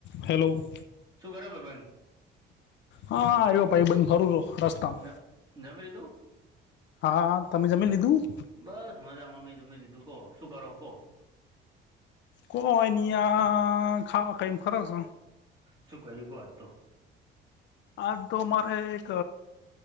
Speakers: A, on the left; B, on the right.
A: Hello.
B: શું કરે ભઈબંધ
A: હા હા આવ્યો ભાઈ બંધ ફરું છું રસ્તામાં
B: એમ જમી લીધું
A: હા હા તમે જમી લીધું
B: બસ મજા માં અમે જમી લીધું કો શું કરો હો કો
A: કોવાનીયા ખાવ ખાયન ખરશ
B: શું કર્યું કો આજ તો
A: આજ તો અ મારે એક